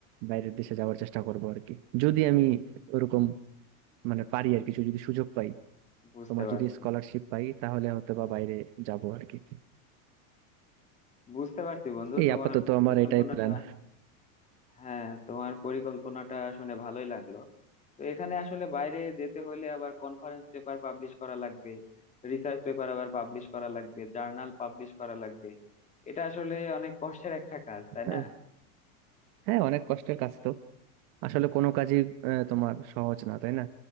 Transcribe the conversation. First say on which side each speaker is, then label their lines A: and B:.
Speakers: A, on the right; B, on the left.
A: বাইরের দেশে যাওয়ার চেষ্টা করবো আর কি যদি আমি ওরকম মানে পারি আর কিছু যদি সুযোগ পাই
B: বুঝতে
A: তোমার
B: পারছি
A: যদি স্কলারশিপ পাই তাহলে হয়তো বা বাইরে যাবো আর কি
B: বুঝতে পারছি বন্ধু
A: এই
B: তোমার
A: আপাতত
B: পরিকল্পনাটা
A: আমার এটাই প্ল্যান
B: হ্যাঁ তোমার পরিকল্পনাটা শুনে ভালোই লাগলো তো এখানে আসলে বাইরে যেতে হলে আবার কনফারেন্স পেপার পাবলিশ করা লাগবে রিসার্চ পেপার আবার পাবলিশ করা লাগবে জার্নাল পাবলিশ করা লাগবে এটা আসলে অনেক কষ্টের একটা কাজ তাই
A: হ্যাঁ
B: না
A: হ্যাঁ অনেক কষ্টের কাজ তো আসলে কোনো কাজই আহ, তোমার সহজ না তাই না